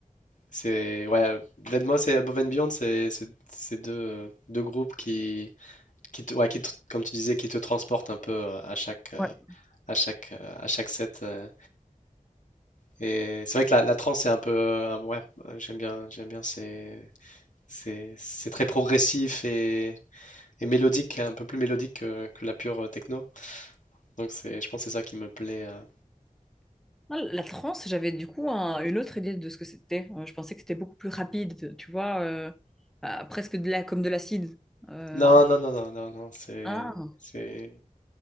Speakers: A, on the left; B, in the centre.
A: C'est ouais, Dead Mouse et Above and Beyond, c'est c'est- c'est deux, deux groupes qui qui te, ouais, qui te- comme tu disais, qui te transportent un peu euh, à chaque euh,
B: Ouais.
A: à chaque euh, à chaque set. euh. Et c'est vrai que la, la trance c'est un peu euh, ouais, euh, j'aime bien j'aime bien c'est c'est c'est très progressif et et mélodique, un peu plus mélodique que, que la pure euh, techno. Donc c'est je pense que c'est ça qui me plaît. euh.
B: Ah, La trance, j'avais du coup un- une autre idée de ce que c'était. Euh, Je pensais que c'était beaucoup plus rapide, tu vois, euh, ah, presque de la, comme de l'acide. Euh,
A: Non non non non non non, c'est
B: Ah,
A: c'est